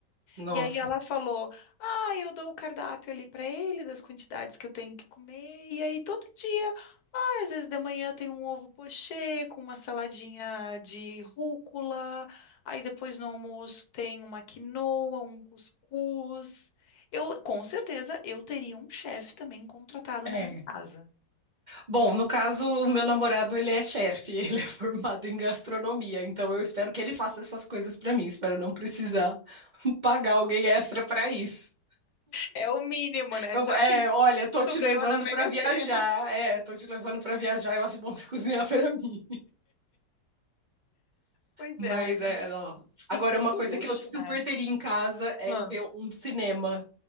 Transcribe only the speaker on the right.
Nossa.
É.
Bom, no caso, o meu namorado, ele é chefe, <laughs> ele é formado em gastronomia, então eu espero que ele faça essas coisas pra mim, espero não precisar <laughs> pagar alguém extra pra isso.
Eu-
é,
olha, tô te
levando
pra viajar,
é, tô te levando pra viajar, eu acho bom você <laughs> cozinhar pra mim.
Mas
é. ó. Agora,
uma coisa
que eu super
teria em casa é
ter um cinema.